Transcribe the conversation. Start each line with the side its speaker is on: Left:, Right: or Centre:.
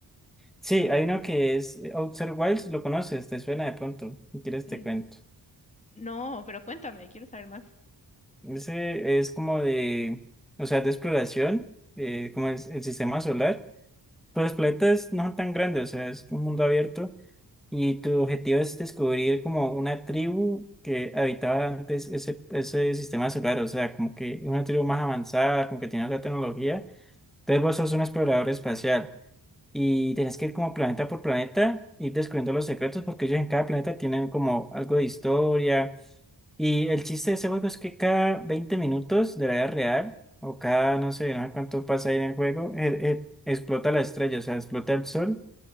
Centre: Sí, hay uno que es eh, Outer Wilds, ¿lo conoces? ¿Te suena de pronto? Si quieres
Left: N-
Centre: te cuento.
Left: No, pero cuéntame, quiero saber más.
Centre: Ese es como de, o sea, de exploración, eh, como es el sistema solar. Pero los planetas no son tan grandes, o sea, es un mundo abierto. Y tu objetivo es descubrir como una tribu que habitaba antes ese, ese sistema solar, o sea, como que es una tribu más avanzada, como que tiene otra tecnología. Entonces vos sos un explorador espacial y tenés que ir como planeta por planeta, ir descubriendo los secretos, porque ellos en cada planeta tienen como algo de historia y el chiste de ese juego es que cada 20 minutos de la vida real, o cada, no sé, no sé cuánto pasa ahí en el juego, eh, eh, explota la estrella, o sea, explota el sol